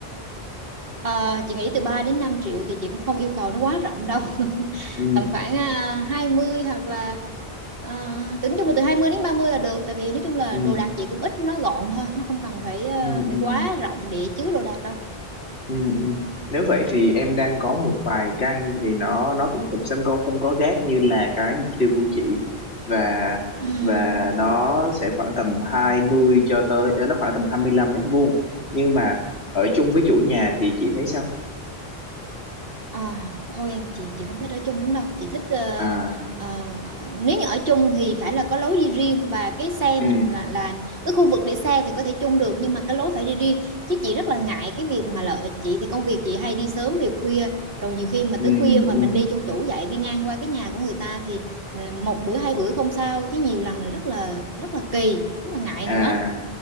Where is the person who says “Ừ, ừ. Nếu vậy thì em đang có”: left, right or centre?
Left